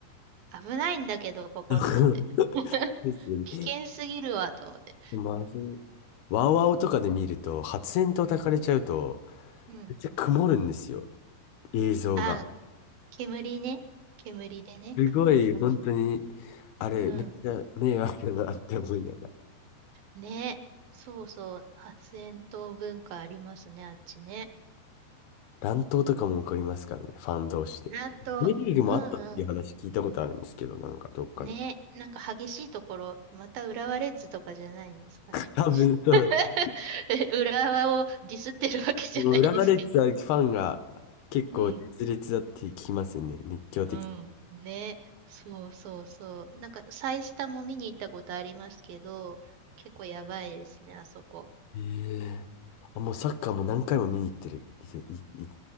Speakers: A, on the right; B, on the left.
A: 危ないんだけど、ここと思って。
B: ー、そう
A: <laughs>
B: ですね。
A: 危険すぎるわ、と思って。
B: マジ。ワウワウとかで見ると、発煙筒焚かれちゃうと、
A: うん。うん。
B: めっちゃ曇るんですよ。映像が。
A: あ、煙ね。煙でね、
B: すごい、
A: 曇りますね。
B: 本当に、あれ、
A: うん。
B: めっちゃ迷惑だなって思いながら。
A: ね。そうそう。発煙筒文化ありますね、あっちね。
B: 乱闘とかも起こりますからね、ファン同士で。
A: なんと、
B: J リーグもあったっていう話聞いたことあるんですけど、
A: うんうん
B: なんかどっかで。
A: ね、なんか激しいところ、また浦和レッズとかじゃないんですかね。
B: 多分、そうだ、
A: <laughs> え浦和をディスってるわけじゃないんですけ
B: もうレッズはファンが結構熱烈だって聞きますよね、
A: ど。<laughs> うん。
B: 熱狂的な。
A: うん。ね。そうそうそう。なんか、サイスタも見に行ったことありますけど、結構やばいですね、あそこ。
B: ええあ、もうサッカーも何回も見に行ってる、いていい